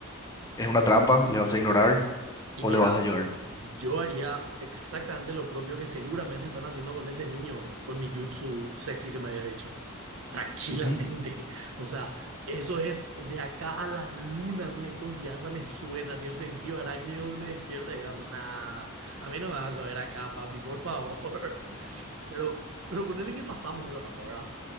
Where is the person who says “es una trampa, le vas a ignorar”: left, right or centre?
Left